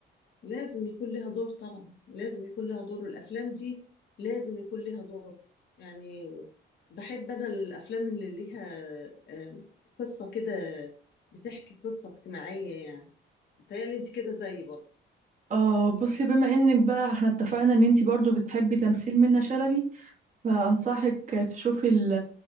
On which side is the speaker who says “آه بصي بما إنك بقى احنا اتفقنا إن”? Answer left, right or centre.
Right